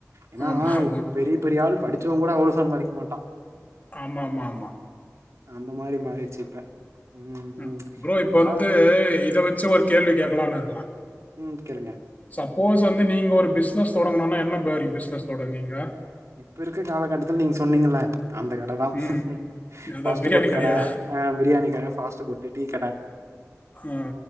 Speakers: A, on the right; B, on the left.
A: ஏனா
B: ஆமா ஆமா.
A: பெரிய பெரிய ஆள் படிச்சவன் கூட அவ்ளோ சம்பாதிக்க மாட்டா
B: ஆமா ஆமா ஆமா
A: அந்த மாரி மாறிடுச்சு இப்ப ம்
B: ஹ்
A: ம்
B: ப்ரோ இப்ப
A: ஏன்னா
B: வந்து இத வச்சு ஒரு கேள்வி கேட்கலானு டுக்குற
A: உம் கேளுங்க
B: சப்போஸ் வந்து நீங்க ஒரு பிசினஸ் தொடங்கணும்னா என்ன மாறி பிசினஸ் தொடங்குவீங்க?
A: இப்ப இருக்க காலகட்டத்துல நீங்க சொன்னீங்கல்ல அந்த கடைதான்
B: ம் அதான்
A: பாஸ்ட்புட்
B: பிரியாணி கடையா
A: கட ஆ பிரியாணி கட பாஸ்ட்புட்டு டீ கட
B: ஆ,